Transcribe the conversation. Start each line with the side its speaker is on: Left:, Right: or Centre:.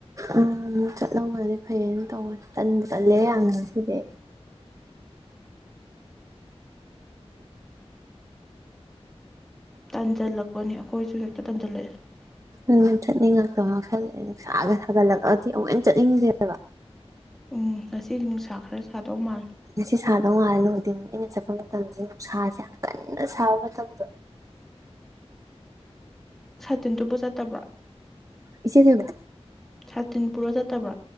Right: ꯎꯝ ꯆꯠꯍꯧꯕꯗꯤ ꯐꯩꯌꯦꯅ ꯇꯧꯕ ꯇꯟꯕꯨ ꯇꯜꯂꯦ ꯌꯥꯝꯅ ꯉꯁꯤꯗꯤ꯫
Centre: ꯇꯥꯟꯁꯤꯜꯂꯛꯄꯅꯦ ꯑꯩꯈꯣꯏꯁꯨ ꯍꯦꯛꯇ ꯇꯟꯖꯜꯂꯛꯑꯦ
Right: ꯑꯗꯨ ꯆꯠꯅꯤꯡꯉꯛꯇꯕ ꯑꯃꯍꯧꯁꯥꯜꯂꯛꯑꯦ ꯅꯨꯡꯁꯥꯒ ꯁꯥꯒꯠꯂꯛꯂꯒꯗꯤ ꯑꯃꯨꯛ ꯍꯦꯟꯅ ꯆꯠꯅꯤꯡꯗꯦꯕ꯫
Centre: ꯎꯝ ꯉꯁꯤꯗꯤ ꯅꯨꯡꯁꯥ ꯈꯔ ꯁꯥꯗꯧ ꯃꯥꯜꯂꯦ꯫
Right: ꯉꯁꯤ ꯁꯥꯗꯧ ꯃꯥꯥꯜꯂꯦ ꯅꯨꯡꯊꯤꯟ ꯑꯩꯅ ꯆꯠꯄ ꯃꯇꯝꯁꯦ ꯅꯨꯡꯁꯥꯁꯦ ꯌꯥꯝ ꯀꯟꯅ ꯁꯥꯕ ꯃꯇꯝꯗꯣ꯫
Centre: ꯁꯇꯤꯟ ꯇꯨꯞꯄ ꯆꯥꯇꯕ꯭ꯔ
Right: ꯏꯆꯦ ꯀꯩꯕ
Centre: ꯊꯇꯤꯟꯄꯨꯔ ꯆꯠꯇꯕ꯭ꯔꯥ